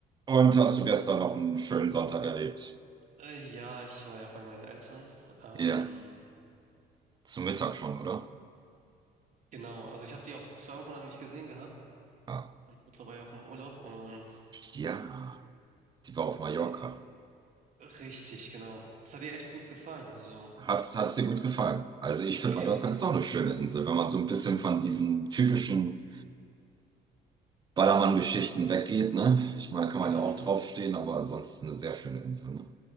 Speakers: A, on the right (about 25°); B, on the right (about 45°).
A: Und hast du gestern noch einen schönen Sonntag erlebt?
B: Äh, ja, ich war ja bei meinen Eltern. Ähm,
A: Ja, zum Mittag schon, oder?
B: genau, also ich habe die auch zwei Wochen lang nicht gesehen gehabt.
A: Ah,
B: Mutter war ja auch im Urlaub und
A: Ja, die war auf Mallorca.
B: äh, richtig, genau. Es hat ihr echt gut gefallen, also
A: Hat's, hat's dir gut gefallen? Also ich
B: auf
A: finde, Mallorca
B: jeden Fall.
A: ist doch eine schöne Insel, wenn man so ein bisschen von diesen typischen Ballermann-Geschichten weggeht, ne? Ich meine, da kann
B: Genau.
A: man ja auch draufstehen, aber ansonsten eine sehr schöne Insel, ne?